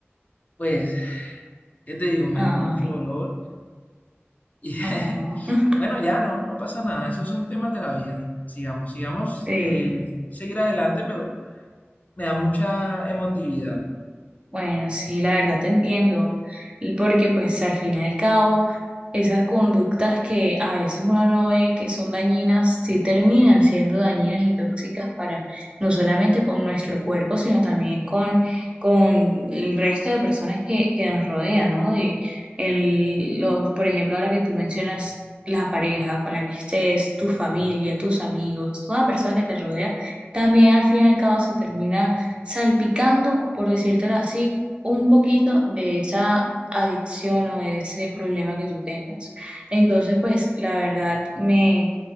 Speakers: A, on the left; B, on the right.
A: pues, ¿qué te digo? Me
B: Ay,
A: dio mucho dolor y <laughs>
B: ah, <laughs>
A: bueno, ya no, no pasa nada, esos son temas de la vida, sigamos, sigamos,
B: sí.
A: eh, seguir adelante, pero me da mucha emotividad.
B: Bueno, sí, la verdad te entiendo, porque pues al fin y al cabo, esas conductas que a veces uno no ve que son dañinas, sí terminan siendo dañinas y tóxicas para no solamente con nuestro cuerpo, sino también con, con el resto de personas que, que nos rodean, ¿no? De el, los, por ejemplo, ahora que tú mencionas la pareja con la que estés, tu familia, tus amigos, toda persona que te rodea, también al fin y al cabo se termina salpicando, por decírtelo así, un poquito de esa adicción o de ese problema que tú tengas. Entonces, pues la verdad me,